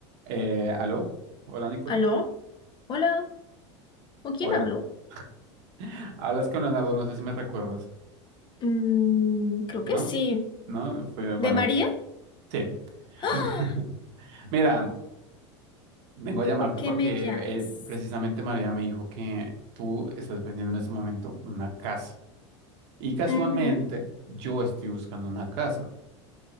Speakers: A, on the right; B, on the left.
A: Eh, ¿aló? Hola, Nicole.
B: ¿Aló? Hola, ¿con quién
A: Hola.
B: hablo?
A: <laughs> Hablas con Leonardo, no sé si me recuerdas.
B: Mm, creo
A: ¿No?
B: que sí.
A: ¿No? Fue, bueno,
B: ¿De María?
A: sí.
B: ¡Ah!
A: <laughs> Mira, vengo a llamarte
B: ¿Por qué
A: porque
B: me llamas?
A: eh, precisamente María me dijo que tú estás vendiendo en este momento una casa. Y casualmente
B: Ujú.
A: yo estoy buscando una casa.